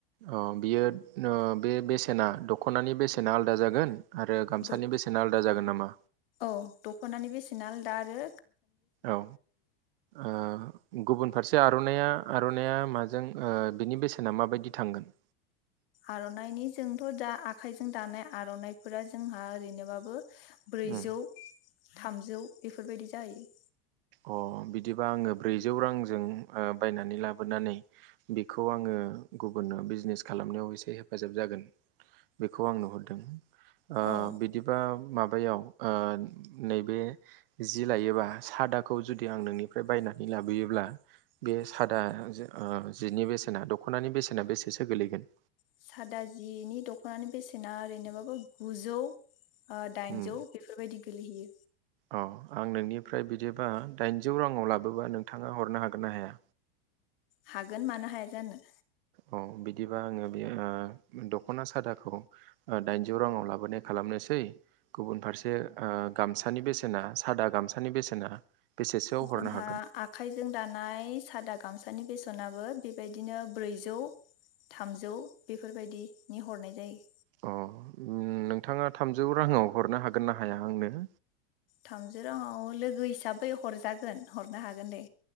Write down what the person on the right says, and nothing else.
अ बियो ओ बे बेसेना दख'नानि बेसेना आलादा जागोन। आरो गामसानि
बेसेना आलादा जागोन नामा?
औ ओ गुबुन फारसे आर'नाइया आर'नाइया माजों ओ बिनि बेसेना माबायदि थांगोन?
उम
अ बिदिबा आङो ब्रैजौ रांजों बायनानै लाबोनानै बेखौ आङो गुबुननो बिजनेस खालामनायाव एसे हेफाजाब जागोन बेखौ आं नुहरदों। ओ
बिदिबा माबा बैयाव ओ नैबे जि लायोला सादा खौ जुदि आं नोंनिफ्राय बायनानै लाबोयोब्ला बे सादा जिनि बेसेना दख'नानि बेसेना बेसेसो गोलैगोन
उम
अ आं नोंनि फ्राय बिदिबा दाइनजौ राङआव लाब बोबा नोंथाङा हरनो हागोन ना हाया
अ बिदिबा आङो बे दख'ना सादाखौ दाइनजौ राङाव लाबोनाय खालामनोसै गुबुन फारसे ओ गामसानि बेसेना सादा गामसानि बेसेना बेसेसोआव
हरनो हागोन
अ उ नोंथाङा थामजौ राङाव हरनो हागोन ना हाया आंनो